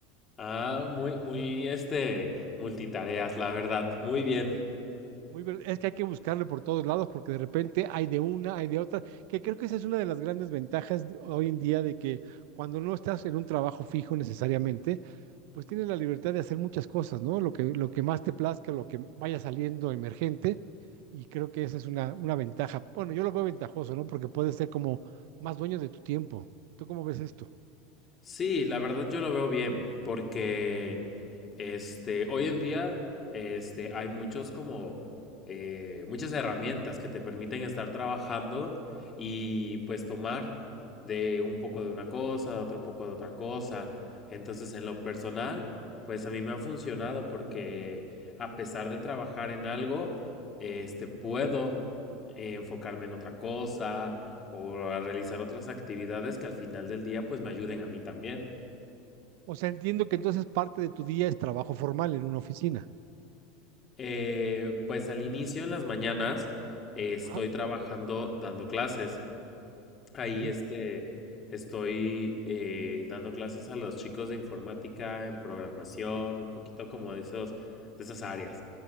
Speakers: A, on the left; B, on the right.
A: ah, muy, muy, este, multitareas, la verdad, muy bien.
B: Muy ver- es que hay que buscarle por todos lados porque de repente hay de una, hay de otra, que creo que esa es una de las grandes ventajas de- hoy en día de que cuando no estás en un trabajo fijo necesariamente, pues tienes la libertad de hacer muchas cosas, ¿no? Lo que, lo que más te plazca, lo que vaya saliendo emergente, y creo que esa es una, una ventaja. Bueno, yo lo veo ventajoso, ¿no? Porque puedes ser como más dueño de tu tiempo. ¿Tú cómo ves esto?
A: Sí, la verdad yo lo veo bien, porque este, hoy en día este, hay muchos como eh, muchas herramientas que te permiten estar trabajando y pues tomar de un poco de una cosa, de otro poco de otra cosa. Entonces, en lo personal, pues a mí me ha funcionado porque a pesar de trabajar en algo, este, puedo eh, enfocarme en otra cosa, o a realizar otras actividades que al final del día pues me ayuden a mí también.
B: O sea, entiendo que entonces parte de tu día es trabajo formal en una oficina.
A: Eh, pues al inicio en las mañanas eh, estoy
B: Ah,
A: trabajando dando clases. Ahí
B: ok.
A: este, estoy eh, dando clases a los chicos de informática, en programación, un poquito como de esos, de esas áreas.